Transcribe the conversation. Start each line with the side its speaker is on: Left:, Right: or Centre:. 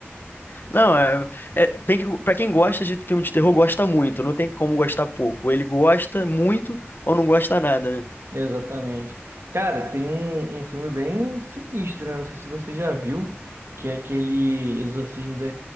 Left: Não, é, é- tem que, para quem gosta de filme de terror, gosta muito, não tem como gostar pouco. Ele gosta muito ou não gosta nada, né?
Right: Exatamente. Cara, tem um, um filme bem sinistro, né? Não sei se você já viu, que é aquele Exorcismo da